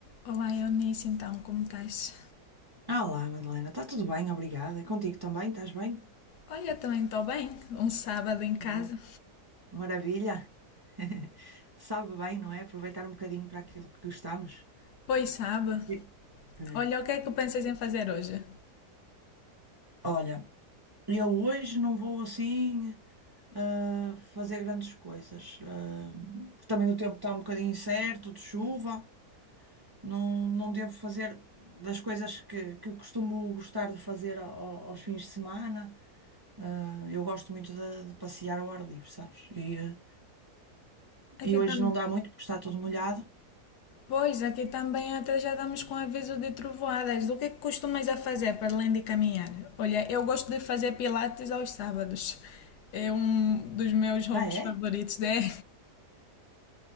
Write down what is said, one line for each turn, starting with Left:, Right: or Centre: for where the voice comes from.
Left: Olá, Eunice, então, como estás?
Right: Ah, Olá, Madalena, está tudo bem? Obrigada. Contigo também, estás bem?
Left: Olha, também estou bem. Um sábado em casa.
Right: Boa. Maravilha. <laughs> Sabe bem, não é? Aproveitar um bocadinho para aquilo que gostamos.
Left: Pois sabe.
Right: Sim. É.
Left: Olha, o que é que pensas em fazer hoje?
Right: Olha, eu hoje não vou assim ah, fazer grandes coisas. Ah, porque também o tempo está um bocadinho incerto, de chuva. Não, não devo fazer das coisas que, que costumo gostar de fazer ao- aos fins de semana. Ah, eu gosto muito de, de passear ao ar livre, sabes? E, eh, E
Left: Aqui
Right: hoje
Left: tam...
Right: não dá muito porque está tudo molhado.
Left: Pois, aqui também até já estamos com aviso de trovoadas. O que é que costumas a fazer para além de caminhar? Olha, eu gosto de fazer pilates aos sábados. É um dos meus hobbies
Right: Ah, é?
Left: favoritos, é?